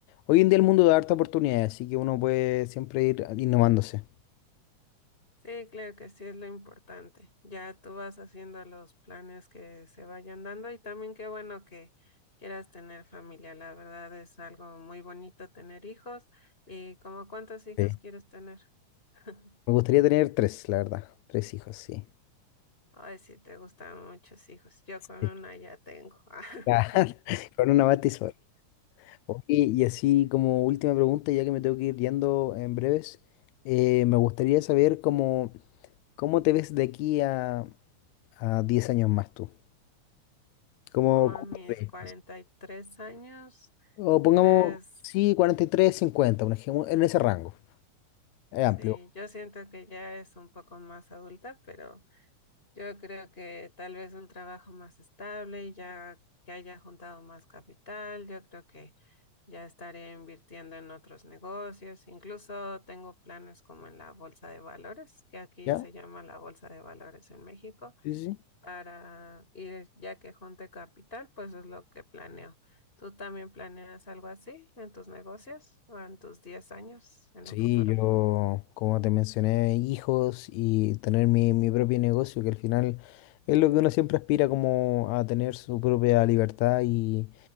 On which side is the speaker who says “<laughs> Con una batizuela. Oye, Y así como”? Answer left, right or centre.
Left